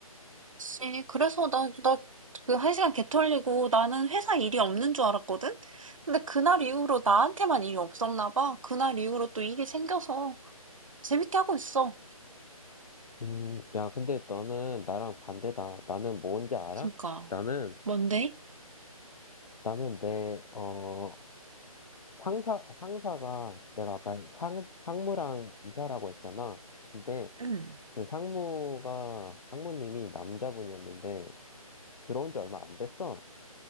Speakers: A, on the right; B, on the left.
A: 네, 그래서 나, 나, 그, 한 시간 개 털리고 나는 회사 일이 없는 줄 알았거든? 근데 그날 이후로 나한테만 일이 없었나 봐. 그날 이후로 또 일이 생겨서 재밌게 하고 있어.
B: 음, 야, 근데 너는 나랑 반대다. 나는 뭔지 알아?
A: 그러니까,
B: 나는,
A: 뭔데?
B: 나는 내, 어, 상사, 상사가, 내가 아까 상, 상무랑 이사라고 했잖아. 근데
A: 응,
B: 근데 상무가, 상무님이 남자분이었는데, 들어온 지 얼마 안 됐어.